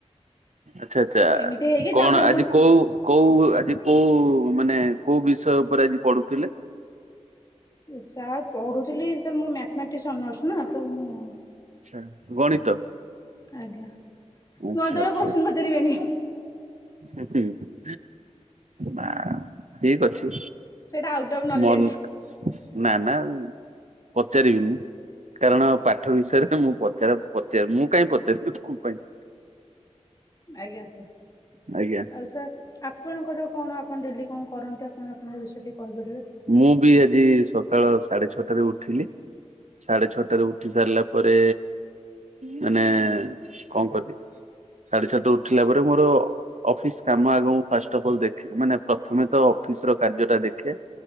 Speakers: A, on the right; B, on the left.
A: ଆଛା ଆଛା
B: ଏମିତି ହେଇକି
A: କଣ
B: ତାପରେ
A: ଆଜି
B: ମୁଁ
A: କୋଉ। କୋଉ ଆଜି କୋଉ ମାନେ କୋଉ ବିଷୟ ଉପରେ ଆଜି ପଢୁଥିଲେ।
B: ସାର୍ ପଢ଼ୁଥିଲି ସାର୍ ମୋର ମ୍ୟାଥମେଟିକସ୍ ଅନର୍ସ ନା ତ ମୁଁ।
A: ଆଛା ଗଣିତ।
B: ଆଜ୍ଞା
A: ଆଚ୍ଛା
B: ଗଣିତ ବେଲି
A: ଆଚ୍ଛା
B: କୋଶଚିନ ପଚାରିବେନି।
A: ହୁଁ ହୁଁ। ନା ଠିକ ଅଛି
B: ସେଇଟା ଆଉଟ୍ ଅଫ୍ ନଲେଜ
A: ମନ ନା ନା ପଚାରିବିନି କାରଣ ପାଠ ବିଷୟରେ ମୁଁ ପଚ ପଚାରା ପଚରେ ମୁଁ କାହିଁ ପଚାରିବି କଁ ପାଇଁ।
B: ଆଜ୍ଞା ସାର୍।
A: ଆଜ୍ଞା।
B: ଆଉ ସାର୍ ଆପଣଙ୍କର କଣ ଆପଣ ଡେଲି କଣ କରନ୍ତି ଆପଣ ଆପଣଙ୍କ ବିଷୟ ଟିକେ କହିପାରିବେ।
A: ମୁଁ ବି ଆଜି ସକାଳ ସାଢେ ଛଅଟାରେ ଉଠିଲି। ସାଢେ ଛଅଟାରେ ଉଠି ସାରିଲା ପରେ ମାନେ କଁ‌ କଲି। ସାଢେ ଚାରଟା ଉଠିଲା ପରେ ମୋର। ଅଫିସ୍ କାମ ଆଗ ମୁ ଫାଷ୍ଟ ଅଫ୍ ଅଲ୍ ଦେଖେ ମାନେ ପ୍ରଥମେ ତ ଅଫିସ୍ ର କାର୍ଯ୍ୟଟା ଦେଖେ।